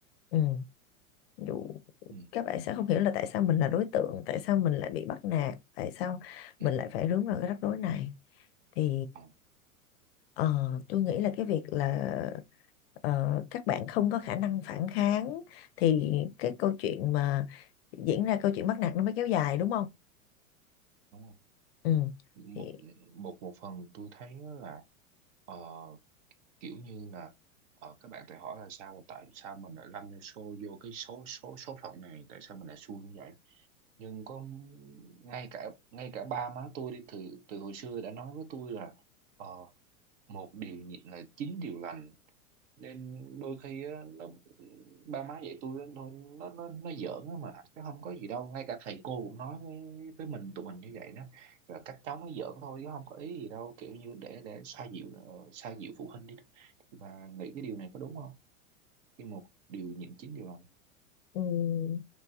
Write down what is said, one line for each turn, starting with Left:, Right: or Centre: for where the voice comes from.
Left: ừ. ví dụ
Right: ừ
Left: các bạn sẽ không hiểu là tại sao mình là đối tượng tại sao mình lại bị bắt nạt tại sao mình
Right: ừ
Left: lại phải rướng vào cái rắc rối này thì
Right: Ờ,
Left: Ờ, tôi nghĩ là cái việc là ờ, các bạn không có khả năng phản kháng thì cái câu chuyện mà diễn ra câu chuyện bắt nạt nó mới kéo dài đúng không?
Right: đúng không
Left: Ừ. Thì
Right: một một một phần tôi thấy á là ờ, kiểu như là ờ, các bạn tự hỏi là sao là tại sao mình lại lăn vô vô cái số số số phận này tại sao mình lại xui như vậy nhưng có ngay cả ngay cả ba má tôi đi từ từ hồi xưa đã nói với tôi là ờ, một điều nhịn là chín điều lành nên đôi khi á, nó ba má dạy tôi á, thôi nó nó nó giỡn á mà cái không có gì đâu ngay cả thầy cô cũng nói với với mình tụi mình như vậy đó và các cháu nó giỡn thôi chứ không có ý gì đâu kiểu như để để xoa dịu nữa, xoa dịu phụ huynh đi đó. và nghĩ cái điều này có đúng không khi một điều nhịn chín điều lành
Left: ừm,